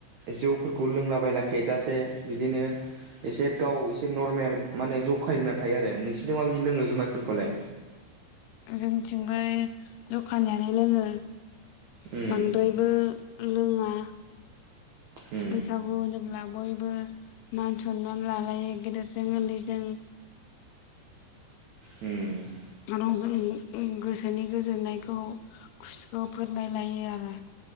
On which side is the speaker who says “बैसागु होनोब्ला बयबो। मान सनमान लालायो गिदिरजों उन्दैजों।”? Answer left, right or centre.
Left